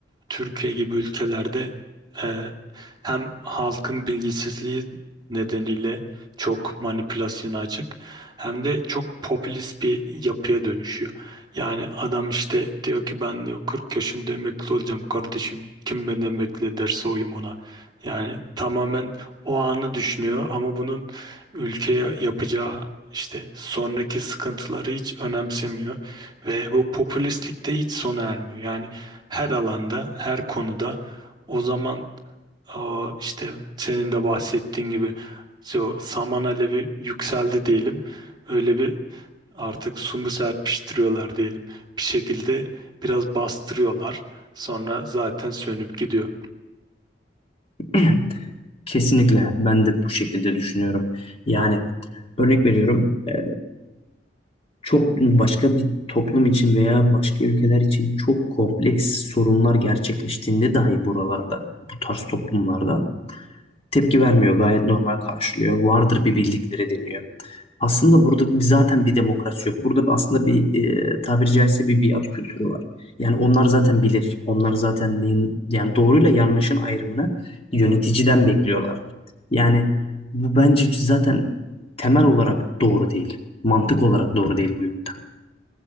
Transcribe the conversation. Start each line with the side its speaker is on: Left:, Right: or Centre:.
Right: Türkiye gibi ülkelerde e, hem halkın bilgisizliği nedeniyle çok manipülasyona açık hem de çok popülist bir yapıya dönüşüyor. Yani adam işte diyor ki ben diyor 40 yaşında emekli olacağım kardeşim. Kim beni emekli ederse oyum ona. Yani tamamen o anı düşünüyor ama bunun ülkeye yapacağı işte sonraki sıkıntıları hiç önemsemiyor ve bu popülistlikte hiç sona ermiyor. Yani her alanda, her konuda o zaman aa, işte senin de bahsettiğin gibi so, saman alevi yükseldi diyelim. Öyle bir artık sumu serpiştiriyorlar diyelim. Bir şekilde biraz bastırıyorlar. Sonra zaten sönüp gidiyor.
Left: <clears throat> Kesinlikle ben de bu şekilde düşünüyorum. Yani örnek veriyorum e, çok başka bir toplum için veya başka ülkeler için çok kompleks sorunlar gerçekleştiğinde dahi buralarda bu tarz toplumlarda Tepki vermiyor, gayet normal karşılıyor. Vardır bir bildikleri deniyor. Aslında burada bir, zaten bir demokrasi yok. Burada aslında bir e, tabiri caizse bir biat kültürü var. Yani onlar zaten bilir. Onlar zaten neyin, yani doğruyla yanlışın ayrımını yöneticiden bekliyorlar. Yani bu bence zaten temel olarak doğru değil. Mantık olarak doğru değil bu yöntem.